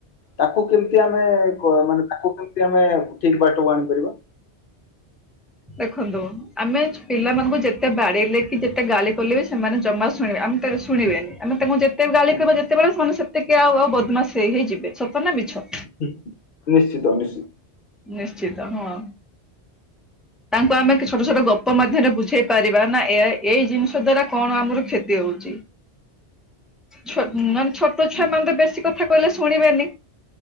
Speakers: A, on the left; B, in the centre.
A: ତାକୁ କେମିତି ଆମେ କ ମାନେ ତାକୁ କେମତି ଆମେ ଠିକ ବାଟକୁ ଆଣିପାରିବା।
B: ଦେଖନ୍ତୁ ଆମେ ପିଲାମାନଙ୍କୁ ଯେତେ ବାଡେଇଲେ କି ଯେତେ ଗାଳି କଲେ ବି ସେମାନେ ଜମା ଶୁଣିବେ ଆମତେ ଶୁଣିବେନି। ଆମେ ତାଙ୍କୁ ଯେତେ ଗାଳି
A: ହୁଁ
B: କରିବା
A: ହୁଁ।
B: ଯେତେବେଳେ ସେମାନେ ସେତିକି ଆଉ ଆଉ ବଦମାସ ହେଇ ହେଇଯିବେ, ସତ ନା ମିଛ?
A: ହୁଁ, ନିଶ୍ଚିତ ନିଶ୍ଚିତ।
B: ନିଶ୍ଚିତ, ହଁ। ତାଙ୍କୁ ଆମେ କିଛି ଛୋଟ ଛୋଟ ଗପ ମାଧ୍ୟମରେ ବୁଝେଇ ପାରିବା ନା ଏଆଇ ଏଇ ଜିନିଷ ଦ୍ଵାରା କଣ ଆମର କ୍ଷତି ହଉଛି? ଛୋଟ୍ ମାନେ ଛୋଟ୍ ଛୋଟ ଛୁଆ
A: ହୁଁ
B: ମାନେ ତ ବେଶୀ କଥା କହିଲେ ଶୁଣିବେନି,